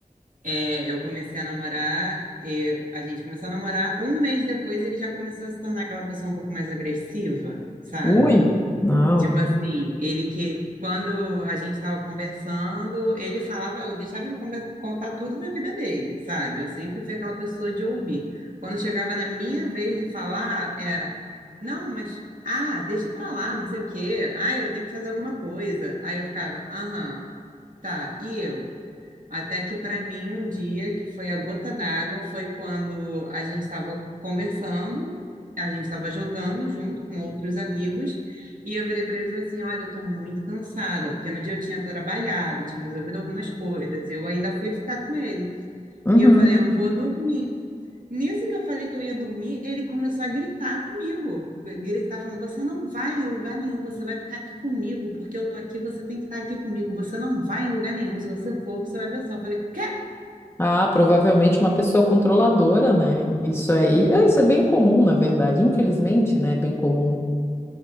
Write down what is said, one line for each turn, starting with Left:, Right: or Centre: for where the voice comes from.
Right: É, eu comecei a namorar, e a gente começou a namorar, um mês depois ele já começou a se tornar aquela pessoa um pouco mais agressiva, sabe?
Left: Ui, não.
Right: Tipo assim, ele que, quando a gente estava conversando, ele falava, eu deixava ele conver- contar tudo da vida dele, sabe? Eu sempre fui aquela pessoa de ouvir. Quando chegava na minha vez de falar, era, não, mas, ah, deixa pra lá, não sei o quê. Ah, eu tenho que fazer alguma coisa. Aí eu ficava, aham, tá, e eu? Até que para mim um dia que foi a gota d'água foi quando a gente estava conversando, a gente estava jogando junto com outros amigos e eu virei para ele e falei assim, olha, eu estou muito cansada porque no dia eu tinha trabalhado, tinha resolvido algumas coisas, eu ainda fui ficar com ele
Left: Uhum.
Right: e eu falei, eu vou dormir. Nisso que eu falei que eu ia dormir, ele começou a gritar comigo. Gritar falando: "Você não vai em lugar nenhum, você vai ficar aqui comigo, porque eu tô aqui, você tem que estar aqui comigo. Você não vai em lugar nenhum, se você for, você vai ver só". Eu falei: "Quê?".
Left: Ah, provavelmente uma pessoa controladora, né? Isso aí, ah, isso é bem comum, na verdade. Infelizmente, né? É bem comum.